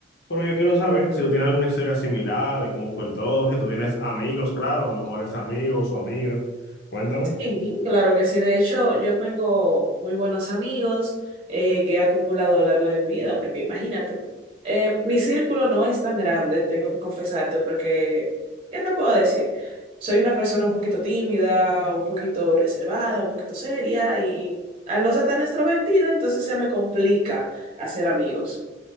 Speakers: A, on the left; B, on the right.
A: Pero yo quiero saber si tú tienes alguna historia similar de cómo fue el todo, si tú tienes amigos, claro, o mejores amigos o amigas. Cuéntame.
B: Sí, claro que sí. De hecho, yo tengo muy buenos amigos eh, que he acumulado a lo largo de mi vida, porque imagínate, eh, mi círculo no es tan grande, tengo que confesarte, porque, ¿qué te puedo decir? Soy una persona un poquito tímida, un poquito reservada, un poquito seria, y al no ser tan extrovertida, entonces se me complica hacer amigos.